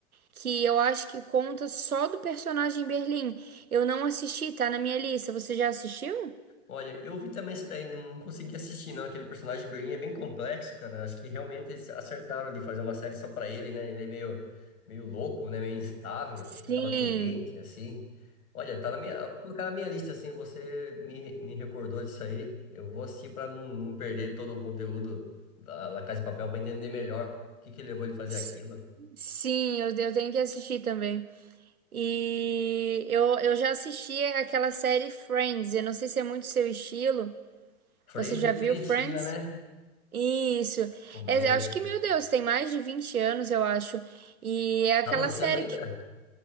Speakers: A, on the right (about 80°); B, on the left (about 80°).
A: que eu acho que conta só do personagem Berlim. Eu não assisti, tá na minha lista. Você já assistiu?
B: Olha, eu vi também esse daí, não, não consegui assistir não, aquele personagem de Berlim é bem complexo, cara, acho que realmente eles acertaram ali fazer uma série só pra ele, né, ele é meio, meio louco, né, meio instável,
A: Sim,
B: acho que ele tava doente, assim, olha, tá na minha, vou colocar na minha lista, assim, você me, me recordou disso aí, eu vou assistir pra não, não perder todo o conteúdo da La Casa de Papel pra entender melhor o que que levou ele a fazer
A: s-
B: aquilo.
A: sim, eu, eu tenho que assistir também. E eu, eu já assisti aquela série Friends, eu não sei se é muito seu estilo.
B: Friends
A: Você já
B: é
A: viu
B: bem antiga,
A: Friends?
B: né,
A: Isso.
B: comédia,
A: É, eu acho que, meu Deus, tem mais de 20 anos, eu acho. E é aquela
B: tá lançando
A: série
B: ainda?
A: que.